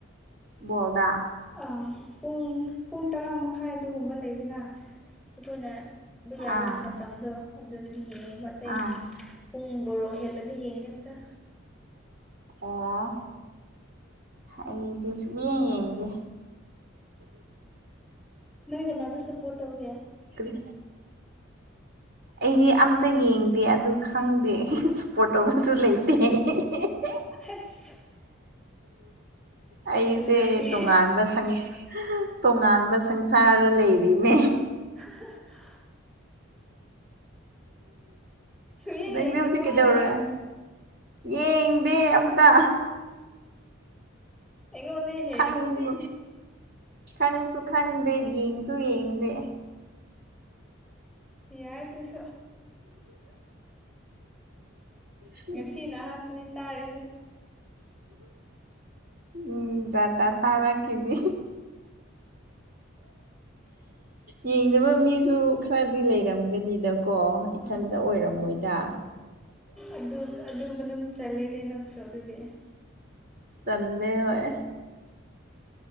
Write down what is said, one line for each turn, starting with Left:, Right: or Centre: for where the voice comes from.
Right: ꯕꯣꯜꯗ
Centre: ꯑꯥ ꯄꯨꯡ ꯄꯨꯡ ꯇꯔꯥ ꯃꯈꯥꯏ ꯑꯗꯨꯒꯨꯝꯕ ꯂꯩꯗꯅ ꯑꯩꯈꯣꯏꯅ ꯌꯦꯡꯕ ꯌꯥꯕ
Right: ꯑꯥ
Centre: ꯃꯇꯝꯗꯣ ꯑꯗꯨꯗꯗꯤ ꯌꯦꯡꯉꯦꯕ ꯑꯇꯩ
Right: ꯑꯥ
Centre: ꯄꯨꯡ ꯕꯣꯔꯣ ꯍꯦꯜꯂꯗꯤ ꯌꯦꯡꯗꯦ ꯑꯝꯇ
Right: ꯑꯣ ꯑꯩꯗꯤ ꯁꯨꯛ ꯌꯦꯡ ꯌꯦꯡꯗꯦ
Centre: ꯅꯣꯏ ꯀꯅꯥꯗ ꯁꯞꯄꯣꯔꯠ ꯇꯧꯒꯦ
Right: ꯀꯔꯤ ꯑꯩꯗꯤ ꯑꯝꯇ ꯌꯦꯡꯗꯦ ꯑꯗꯨ ꯈꯪꯗꯦ ꯑꯩ ꯁꯞꯄꯣꯔꯠ ꯇꯧꯕꯁꯨ ꯂꯩꯇꯦ <unintelligible>
Centre: ꯍꯩꯁ
Right: ꯑꯩꯁꯦ
Centre: ꯂꯣꯏꯔꯦ
Right: ꯇꯣꯉꯥꯟꯕ ꯁ ꯇꯣꯉꯥꯟꯕ ꯁꯪꯁꯥꯔꯗ ꯂꯩꯔꯤꯅꯦ
Centre: <unintelligible> ꯁꯨꯡꯌꯦꯡ
Right: ꯅꯪꯗꯤ
Centre: ꯌꯦꯡꯗ꯭ꯔꯤꯕꯣ
Right: ꯍꯧꯖꯤꯛ ꯀꯩꯗꯧꯔꯦ
Centre: ꯍꯥꯏꯁꯦ
Right: ꯌꯦꯡꯗꯦ ꯑꯝꯇ
Centre: ꯑꯩꯉꯣꯟꯗꯒꯤ
Right: ꯈꯪꯕ ꯈꯪꯁꯨ ꯈꯪꯗꯦ ꯌꯦꯡꯁꯨ ꯌꯦꯡꯗꯦ
Centre: ꯌꯥꯏꯁꯨ
Right: ꯑꯣ
Centre: ꯉꯁꯤꯅ ꯑꯍꯥꯟꯕꯅꯤ ꯇꯥꯔꯤꯁꯦ
Right: ꯎꯝ ꯗ ꯇꯥꯔꯥ ꯀꯅꯤ ꯌꯦꯡꯗꯕ ꯃꯤꯁꯨ ꯈꯔꯗꯤ ꯂꯩꯔꯝꯒꯅꯤꯗꯀꯣ
Centre: ꯑꯥ
Right: ꯏꯊꯟꯇ ꯑꯣꯏꯔꯝꯃꯣꯏꯗ
Centre: ꯑꯗꯨ ꯑꯗꯨ ꯃꯅꯨꯡ ꯆꯜꯂꯤꯜꯂꯦꯅꯦ ꯅꯪꯁꯨ ꯑꯗꯨꯗꯤ
Right: ꯆꯜꯂꯦ ꯍꯌꯦ